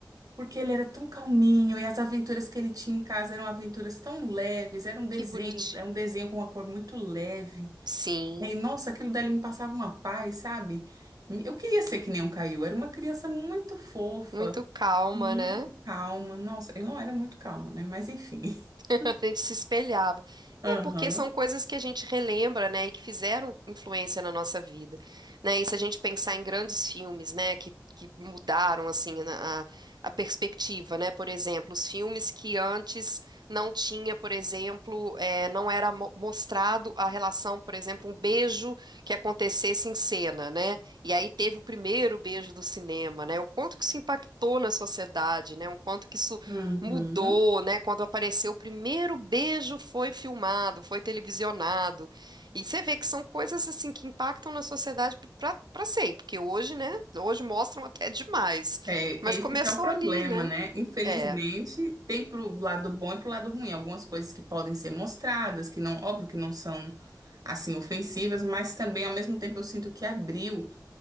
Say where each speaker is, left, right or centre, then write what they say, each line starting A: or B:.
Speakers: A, on the right; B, on the right.
A: porque ele era tão calminho e as aventuras que ele tinha em casa eram aventuras tão leves, era um desenho,
B: Que bonitinho.
A: era um desenho com uma cor muito leve.
B: Sim,
A: E nossa, aquilo dali me passava uma paz, sabe? Eu queria ser que nem um Caio, era uma criança muito fofa,
B: muito calma,
A: muito
B: né?
A: calma. Nossa, eu não era muito calma, né? Mas enfim. <laughs>
B: <laughs> A gente se espelhava.
A: Aham.
B: É porque são coisas que a gente relembra, né, e que fizeram influência na nossa vida, né? E se a gente pensar em grandes filmes, né, que, que mudaram assim na- a, a perspectiva, né? Por exemplo, os filmes que antes não tinha, por exemplo, eh, não era mo- mostrado a relação, por exemplo, um beijo que acontecesse em cena, né? E aí teve o primeiro beijo do cinema, né? O quanto que isso impactou na sociedade, né? O quanto que isso
A: Uhum.
B: mudou, né? Quando apareceu o primeiro beijo foi filmado, foi televisionado. E você vê que são coisas assim que impactam na sociedade para para sempre, porque hoje, né? Hoje mostram até <laughs> demais.
A: É,
B: Mas
A: esse
B: começou
A: que é o problema,
B: ali, né?
A: né? Infelizmente,
B: É,
A: tem pro lado bom e pro lado ruim. Algumas coisas que podem ser mostradas, que não, óbvio que não são assim ofensivas, mas também ao mesmo tempo eu sinto que abriu